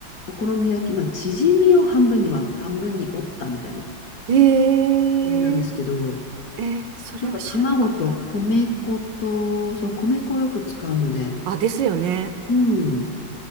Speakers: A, on the left; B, on the right.
A: お好み焼き、まあ、縮みを半分には、半分に折ったみたいな
B: い。ええ、
A: 感じなんですけど、
B: ええ、それは知らなかった。
A: なんか卵と米粉と、そう、米粉をよく使うので、
B: あ、ですよね。
A: うん、